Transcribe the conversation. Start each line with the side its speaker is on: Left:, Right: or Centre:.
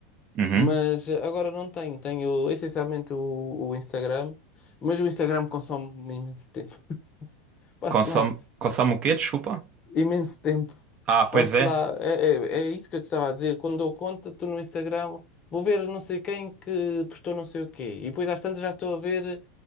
Right: Uhum.
Left: Mas eh, agora não tenho, tenho essencialmente o, o Instagram, mas o Instagram consome imenso tempo. <laughs> Passo
Right: Consome,
Left: lá
Right: consome o quê? Desculpa.
Left: imenso tempo.
Right: Ah,
Left: Passo
Right: pois é.
Left: lá, é, é, é isso que eu te estava a dizer. Quando dou conta, estou no Instagram, vou ver não sei quem que postou não sei o quê. E depois às tantas já estou a ver